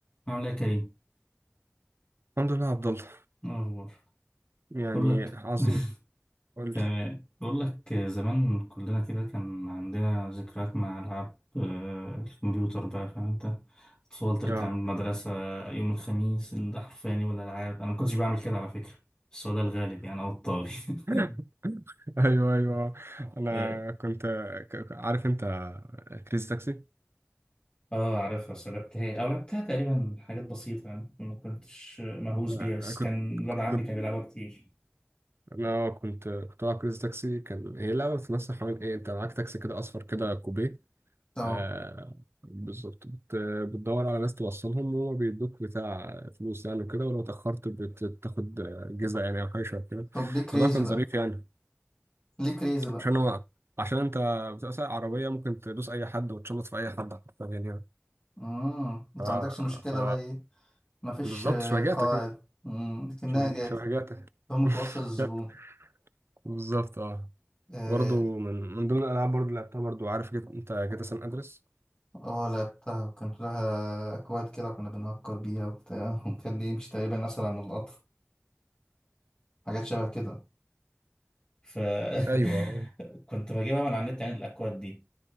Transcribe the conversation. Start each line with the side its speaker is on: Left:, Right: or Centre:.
Left: عامل ايه يا كريم؟
Right: الحمد لله يا عبد الله
Left: إيه الأخبار
Right: يعني
Left: بقول لك
Right: عظيم
Left: <laughs>
Right: قول
Left: تمام
Right: لي
Left: بقول لك زمان كلنا كده كان عندنا ذكريات مع ألعاب آه، الكمبيوتر بقى فاهم انت أطفال ترجع
Right: اه
Left: من المدرسة يوم الخميس ده حرفيا يوم الألعاب أنا ما كنتش بعمل كده على فكرة بس هو ده الغالب يعني أو الطاغي
Right: <laughs>
Left: <laughs>
Right: ايوه ايوه انا
Left: اه
Right: كنت ك- ك- عارف انت كريزي تاكسي
Left: آه، عارفها بس لعبتها أو لعبتها تقريبا حاجات بسيطة يعني ما كنتش مهووس
Right: آه،
Left: بيها بس
Right: انا كنت
Left: كان ولاد
Right: كنت
Left: عمي كان بيلعبها كتير
Right: انا كنت كنت بلعب كريزي تاكسي كان هي لعبه بتمثل حوالين ايه انت معاك تاكسي كده اصفر كده كوبيه
Left: اه
Right: آه بالظبط بت... بتدور على ناس توصلهم وهما بيدوك بتاع فلوس يعني وكده ولو اتاخرت بتاخد جزء يعني او حاجه شبه كده
Left: طب ليه كريزي
Right: الموضوع كان
Left: بقى
Right: ظريف يعني
Left: ليه كريزي بقى
Right: عشان هو عشان انت بتبقى سايق عربيه ممكن تدوس اي حد وتشمط في اي حد حرفيا يعني
Left: امم انت
Right: ف
Left: عندكش مشكلة
Right: ف
Left: بقى ايه مفيش
Right: بالظبط
Left: آه،
Right: شبهجاتك
Left: قواعد
Right: انت
Left: امم لكنها
Right: شبه
Left: جات
Right: شبهجاتك
Left: هم توصل الزبون
Right: <laughs> بالظبط اه
Left: اه
Right: برضه من من ضمن الالعاب برضه اللي لعبتها برضه عارف جت... انت جيت سان ادرس
Left: آه، لعبتها وكان لها اكواد كده كنا بنهكر بيها وبتاع <laughs> وكان ليه مش تقريبا اسرع من القطر حاجات شبه كده ف
Right: ايوه
Left: <laughs> كنت بجيبها من على النت يعني الاكواد دي